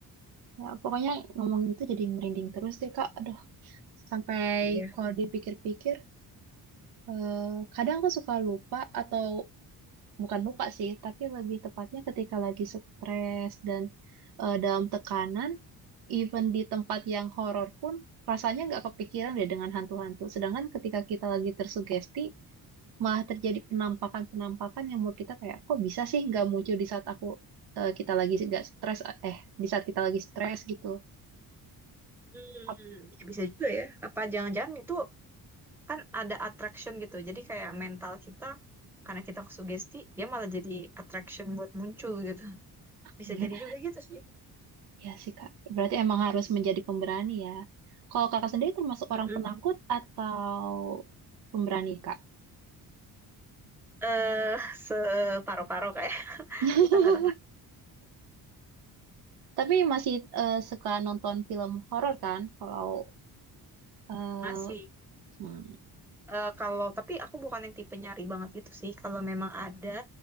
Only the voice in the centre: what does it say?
Iya.
Hmm,
ya bisa juga ya. Apa jangan-jangan itu kan ada attraction gitu. Jadi kayak mental kita karena kita sugesti dia malah jadi attraction buat muncul gitu. Bisa
jadi juga gitu sih.
Mm-mm.
Eh, separo-paro kayak <laughs>
di tengah-tengah
masih.
Eh, kalau tapi aku bukan yang tipe nyari banget gitu sih. Kalau memang ada,